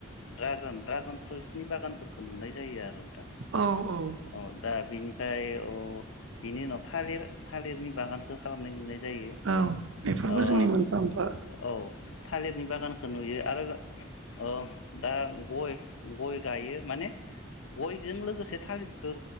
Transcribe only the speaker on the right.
औ औ औ
औ बेफोरबो
जोंनि मोनफा मोनफा